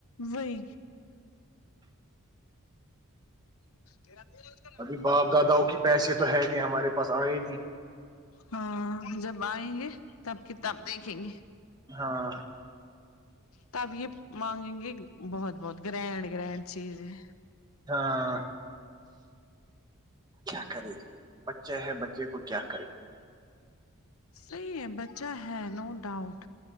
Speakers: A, on the left; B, on the right.
A: وئی یر م
B: ابھی باپ داداؤں کے پیسے تو ہے نہیں ہمارے پاس آئے ہی نہیں
A: ہاں جب آئیں گے تب کتاب دیکھیں گے
B: ہاں
A: تب یہ مانگیں گے بہت بہت گرینڈ گرینڈ چیز ہے
B: ہاں کیا کرے بچے ہے بچے کو کیا کرے
A: صحیح ہے بچہ ہے نو ڈاؤٹ